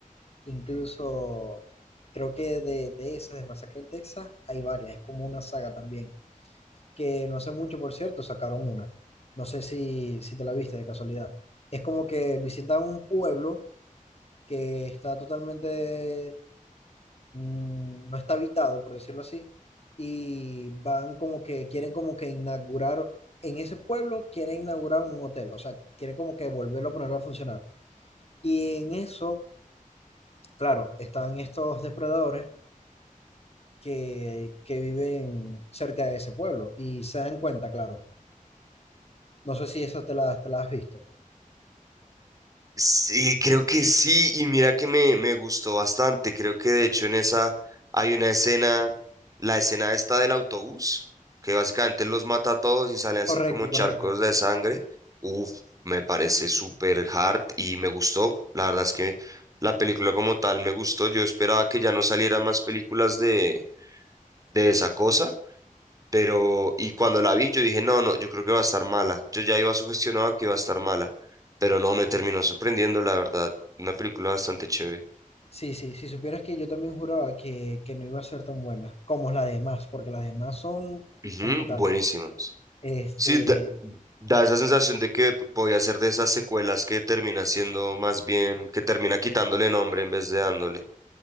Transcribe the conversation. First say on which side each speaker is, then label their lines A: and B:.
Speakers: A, on the left; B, on the right.
A: Incluso creo que de, de esas de Masacre en Texas hay varias, es como una saga también. Que no hace mucho, por cierto, sacaron una. No sé si, si te la viste de casualidad. Es como que visitan un pueblo que está totalmente mm, no está habitado, por decirlo así, y van como que, quieren como que inaugurar, en ese pueblo quieren inaugurar un hotel, o sea, quieren como que volverlo a ponerlo a funcionar. Y en eso, claro, están estos depredadores que, que viven cerca de ese pueblo y se dan cuenta, claro. No sé si eso te la, te la has visto.
B: Sí, creo que sí, y mira que me, me gustó bastante. Creo que de hecho en esa hay una escena, la escena esta del autobús, que básicamente los mata a todos y sale así
A: Correcto,
B: como charcos
A: correcto.
B: de sangre. Uf, me parece súper hard y me gustó. La verdad es que la película como tal me gustó. Yo esperaba que ya no salieran más películas de, de esa cosa. Pero, y cuando la vi, yo dije, no, no, yo creo que va a estar mala. Yo ya iba sugestionado que iba a estar mala, pero no, me terminó sorprendiendo, la verdad. Una película bastante chévere.
A: Sí, sí, si supieras que yo también juraba que, que no iba a ser tan buena como las demás, porque las demás son,
B: Ujú,
A: son brutales.
B: buenísimas.
A: Este,
B: Sí, da, da esa sensación de que podía ser de esas secuelas que termina siendo más bien, que termina quitándole nombre en vez de dándole.